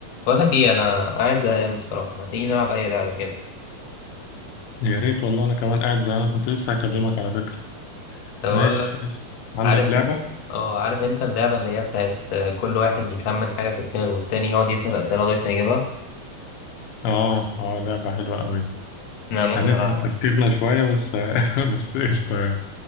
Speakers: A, on the left; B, on the left.
A: بقول لك ايه انا قاعد زهقان بصراحه ما تيجي نلعب اي لعبه كده
B: يا ريت والله انا كمان قاعد زي انا كنت لسه هكلمك على فكرة
A: طب
B: ماشي
A: اقول لك
B: قشطة. عندك
A: عارف
B: لعبة
A: إن- اه عارف انت اللعبه اللي هي بتاعت آه، كل واحد يخمن حاجه في دماغه والتاني يقعد يسال اسئله لغايه ما يجيبها
B: اه اه لعبة حلوة قوي دي
A: انا ممكن
B: هنتعب
A: العب
B: تفكيرنا شوية بس <laughs> بس قشطة يعني